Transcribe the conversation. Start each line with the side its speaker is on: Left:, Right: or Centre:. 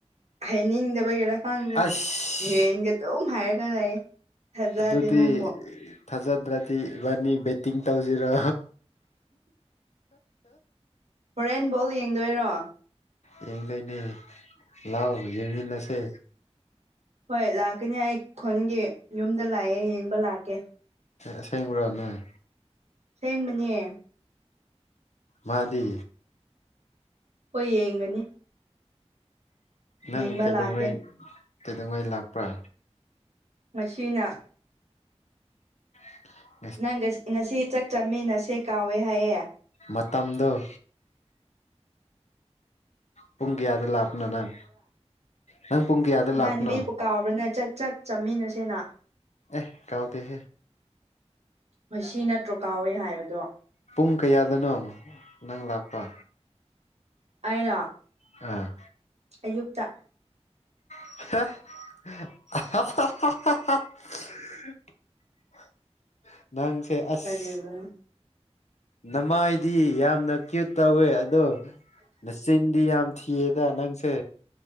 Right: ꯍꯥꯏꯅꯤꯡꯗꯕꯒꯤꯔꯥ ꯈꯪꯗꯦ
Left: ꯑꯁ
Right: ꯌꯦꯟꯒ ꯑꯗꯨꯝ ꯍꯥꯏꯔꯒ ꯂꯩ ꯊꯥꯖꯗꯦ
Left: ꯑꯗꯨꯗꯤ
Right: ꯅꯪꯕꯨ
Left: ꯊꯥꯖꯗ꯭ꯔꯗꯤ ꯏꯕꯥꯅꯤ ꯕꯦꯠꯇꯤꯡ ꯇꯧꯁꯤꯔꯣ
Right: ꯍꯣꯔꯦꯟ ꯕꯣꯜ ꯌꯦꯡꯗꯣꯏꯔꯣ
Left: ꯌꯦꯡꯗꯣꯏꯅꯦ ꯂꯥꯎ ꯌꯦꯡꯃꯤꯟꯅꯁꯦ
Right: ꯍꯣꯏ ꯂꯥꯛꯀꯅꯤ ꯑꯩ ꯈꯨꯟꯒꯤ ꯌꯨꯝꯗ ꯂꯩꯌꯦ ꯌꯦꯡꯕ ꯂꯥꯛꯀꯦ
Left: ꯑꯁꯦꯡꯕ꯭ꯔꯥ ꯅꯣꯏ
Right: ꯁꯦꯡꯕꯅꯦ
Left: ꯃꯥꯗꯤ
Right: ꯍꯣꯏ ꯌꯦꯡꯒꯅꯤ
Left: ꯅꯪ
Right: ꯌꯦꯡꯕ
Left: ꯀꯩꯗꯧꯉꯩ
Right: ꯂꯥꯛꯀꯦ
Left: ꯀꯩꯗꯧꯉꯩ ꯂꯥꯛꯄ꯭ꯔꯥ
Right: ꯉꯁꯤꯅ
Left: <unintelligible>
Right: ꯅꯪꯒ ꯉꯁꯤ ꯆꯥꯛ ꯆꯃꯤꯟꯅꯁꯦ ꯀꯥꯎꯋꯦ ꯍꯥꯏꯌꯦ
Left: ꯃꯇꯝꯗꫭ ꯄꯨꯡ ꯀꯌꯥꯗ ꯂꯥꯛꯄꯅꯣ ꯅꯪ ꯅꯪ ꯄꯨꯡ ꯀꯌꯥꯗ
Right: ꯏꯃꯥꯟꯅꯕꯤꯕꯨ
Left: ꯂꯥꯛꯄꯅꯣ
Right: ꯀꯥꯎꯕ꯭ꯔꯅ ꯆꯠ ꯆꯥꯛ ꯆꯥꯃꯤꯟꯅꯁꯦꯅ
Left: ꯑꯦ ꯀꯥꯎꯗꯦꯍꯦ
Right: ꯉꯁꯤ ꯅꯠꯇ꯭ꯔꯣ ꯀꯥꯎꯋꯦ ꯍꯥꯏꯕꯗꯣ
Left: ꯄꯨꯡ ꯀꯌꯥꯗꯅꯣ ꯅꯪ ꯂꯥꯛꯄ
Right: ꯑꯂ
Left: ꯎꯝ
Right: ꯑꯌꯨꯛꯇ
Left: <unintelligible> ꯅꯪꯁꯦ ꯑꯁ
Right: ꯀꯔꯤꯕꯅꯣ
Left: ꯅꯃꯥꯏꯗꯤ ꯌꯥꯝꯅ ꯀ꯭ꯌꯨꯠ ꯇꯧꯋꯦ ꯑꯗꯣ ꯅꯆꯤꯟꯗꯤ ꯌꯥꯝ ꯊꯤꯌꯦꯗ ꯅꯪꯁꯦ